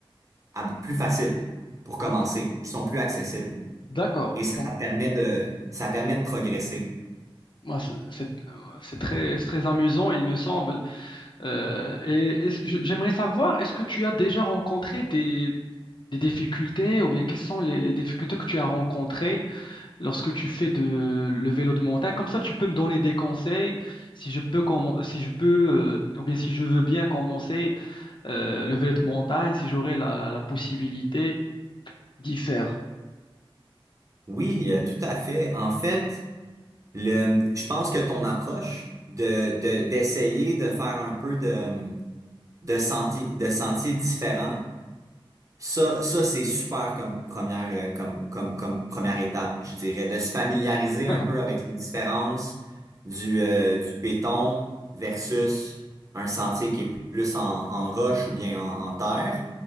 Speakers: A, on the right; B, on the left.
A: ab- plus faciles pour commencer,
B: Euh,
A: qui sont plus accessibles.
B: D'accord.
A: Et ça
B: Donc,
A: permet de, ça permet de progresser.
B: moi, c'est c'est- euh, c'est très, c'est très amusant, il me semble. Euh, et est je- j'aimerais savoir, est-ce que tu as déjà rencontré des, des difficultés ou bien quelles sont les, les difficultés que tu as rencontrées lorsque tu fais de, le vélo de montagne. Comme ça, tu peux me donner des conseils si je peux, commen- si je peux euh, ou bien si je veux bien commencer euh, le vélo de montagne, si j'aurai la, la possibilité d'y faire.
A: Oui, euh, tout à fait. En fait, le, je pense que ton approche de, de, d'essayer de faire un peu de, de sentier de sentiers différents, ça, ça, c'est super comme première, euh, comme, comme, comme première étape, je dirais, de se familiariser
B: <laughs>
A: un peu avec les différences du, euh, du béton versus un sentier qui est plus en, en roche ou bien en, en terre.